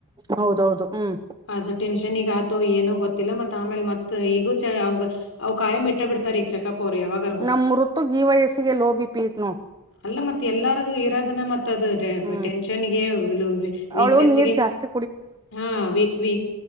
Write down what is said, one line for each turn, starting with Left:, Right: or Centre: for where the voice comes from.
Right: ಹೌದೌದು ಹ್ಮ್
Left: ಅದು ಟೆನ್ಷನ್ಗ ಆತು ಏನೋ ಗೊತ್ತಿಲ್ಲ ಮತ್ ಆಮೇಲೆ ಮತ್ ಈಗೂ ಚ ಅವ ಅವ ಕಾಯಮ್ ಇಟ್ಟ ತಾರೀಖ ಚಕ್ಕಪ್ಪು ಅವ್ರು ಯಾವಾಗ.
Right: ನಮ್ಮ ಋತು ಈ ವಯಸ್ಸಿಗೆ ಲೋ ಬಿಪಿ ಐತ್ ನೋಡು.
Left: ಅಲ್ಲ ಮತ್ ಎಲ್ಲಾರ್ಗು ಇರೋದನ್ನ ಮತ್ ಅದು.
Right: ಹ್ಮ್
Left: ಟೆನ್ಷನ್ಗೆ ವಿಲೋ ವೀಕ್ನೆಸ್ಗೆ
Right: ಅವಳು ನೀರ್ ಜಾಸ್ತಿ
Left: ಹಾ ವಿ ವಿ